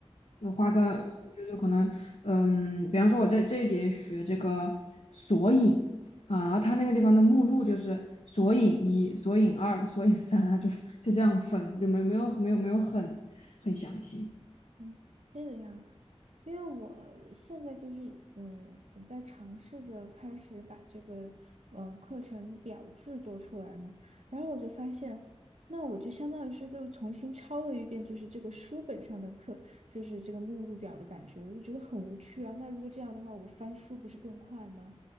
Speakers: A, on the left (about 65°); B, on the right (about 80°).
A: 你花个就是可能，
B: 嗯
A: 嗯，比方说我在这一节学这个索引啊，然后它那个地方的目录就是索引一、索引二、索引三啊，就就这样分，就没没有没有没有很很详细。
B: 嗯，这个样子，因为我现在就是嗯，在尝试着开始把这个嗯课程表制作出来嘛，然后我就发现，那我就相当于是就重新抄了一遍，就是这个书本上的课，就是这个目录表的感觉，我就觉得很无趣啊。那如果这样的话，我翻书不是更快吗？